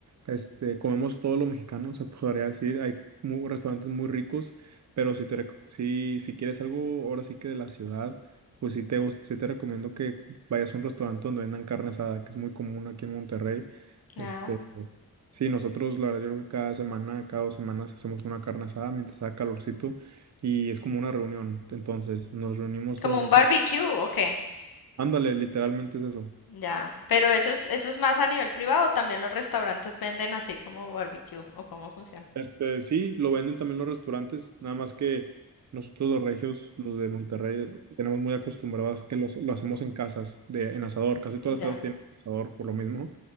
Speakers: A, on the right; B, on the left.
A: este, comemos todo lo mexicano, se <laughs> podría decir, hay mu- restaurantes muy ricos, pero si te, rec- si, si quieres algo ahora sí que de la ciudad, pues sí te, gust- sí te recomiendo que vayas a un restaurante donde vendan carne asada, que es muy común aquí en Monterrey, este,
B: ah.
A: sí, nosotros, la verdad, yo creo que cada semana, cada dos semanas hacemos una carne asada mientras haga calorcito, y es como una reunión, entonces nos reunimos
B: Como
A: todos
B: un
A: en
B: barbecue,
A: casa,
B: ok.
A: ándale, literalmente es eso.
B: Ya. Pero eso es, eso es más a nivel privado. También los restaurantes venden así como barbecue o cómo funciona.
A: Este, sí, lo venden también los restaurantes, nada más que nosotros los regios, los de Monterrey, tenemos muy acostumbrados que los- lo hacemos en casas, de, en asador. Casi todas
B: Ya.
A: las casas tienen asador por lo mismo.